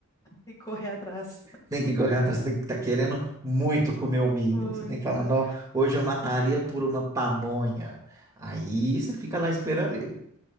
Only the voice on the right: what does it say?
Tem que correr atrás, tem que estar querendo muito comer o milho.
Você tem que falar, não, hoje eu mataria por uma pamonha. Aí você fica lá esperando ele.